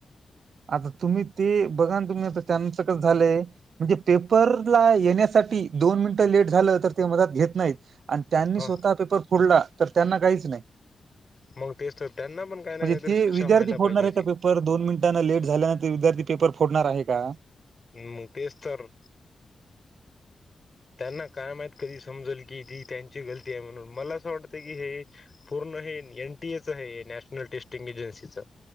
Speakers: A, on the right; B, on the left.
A: आता तुम्ही ते बघा तुम्ही आता त्यांच क ण पेपर येण्या दोन मिनिटे लेट झाल ते मदत नाहीत आणि त्यांनी
B: ह
A: स्वतः पेपर फोडला तर त्यांना काहीच नाही.
B: मग तेच तर त्यांना पण काही ना
A: म्हणजे
B: काहीतरी
A: ते
B: शिक्षा
A: विद्यार्थी
B: व्हायला
A: फोडणार
B: पाहिजे होती
A: आहे का पेपर दोन मिनट लेट झाल्यानंतर विद्यार्थी पेपर फोडणार आहे का?
B: ह् तेच तर. त्यांना कायम आहेत कधी समजल की ती त्यांची गलती आहे, म्हणून मला असं वाटतं की हे पूर्ण एनटीए च आहे नॅशनल टेस्टिंग एजन्सीच.